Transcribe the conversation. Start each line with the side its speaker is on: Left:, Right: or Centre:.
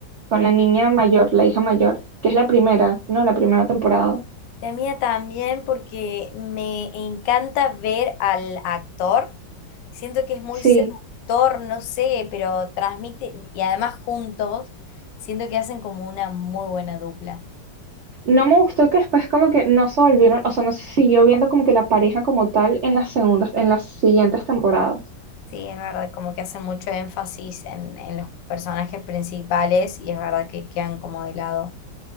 Right: con la niña mayor, la hija mayor, que es la primera, ¿no? La primera temporada.
Left: la mía también, porque me encanta ver al actor. Siento que es muy
Right: Sí.
Left: seductor, no sé, pero transmite, y además juntos, siento que hacen como una muy buena dupla.
Right: No me gustó que después como que no se volvieron, o sea, no se siguió viendo como que la pareja como tal en las segundas, en las siguientes temporadas.
Left: Sí, es verdad, como que hacen mucho énfasis en, en los personajes principales y es verdad que quedan como de lado.